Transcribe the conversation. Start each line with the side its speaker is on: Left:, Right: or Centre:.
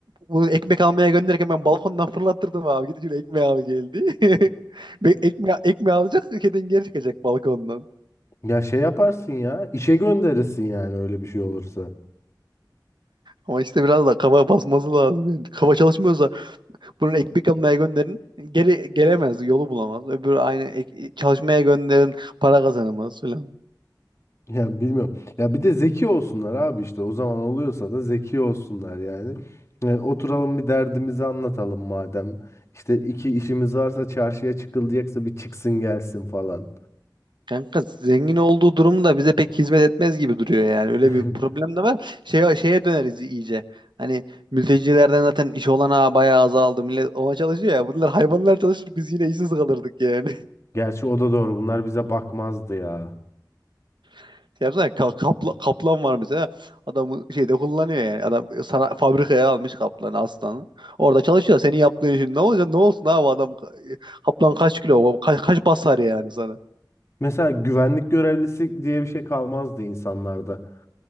Right: Bunu ekmek almaya gönderirken ben balkondan fırlattırdım abi. Gidip şöyle ekmeği al geldi. <laughs> Be- Ekmeği, ekmeği alacak kedin geri çıkacak balkondan.
Left: Ya şey yaparsın ya, işe gönderirsin yani öyle bir şey olursa.
Right: Ama işte biraz da kafa basması lazım. Yani. Kafa çalışmıyorsa bunu ekmek almaya gönderin. Geri gelemez, yolu bulamaz. Öbürü aynı ek- e, çalışmaya gönderin, para kazanamaz falan.
Left: Ya bilmiyorum. Ya bir de zeki olsunlar abi işte o zaman oluyorsa da zeki olsunlar yani. E, oturalım bir derdimizi anlatalım madem. İşte iki işimiz varsa çarşıya çıkılacaksa bir çıksın gelsin falan.
Right: Kanka zengin olduğu durumda bize pek hizmet etmez gibi duruyor yani. Öyle
Left: <laughs>
Right: bir problem de var. Şeye, şeye döneriz iyice. Hani mültecilerden zaten iş olanağı bayağı azaldı. Millet ova çalışıyor ya. Bunlar hayvanlar çalışır biz yine işsiz kalırdık yani.
Left: Gerçi o da doğru bunlar bize bakmazdı ya.
Right: <laughs> Yapsana ka- kapla- kaplan var mesela. Adamı şeyde kullanıyor yani. Adam sana fabrikaya almış kaplanı, aslanı. Orada çalışıyor. Senin yaptığın işin ne olacak? Ne olsun abi adam ka- kaplan kaç kilo? Kaç, kaç basar yani sana?
Left: Mesela güvenlik görevlisi diye bir şey kalmazdı insanlarda.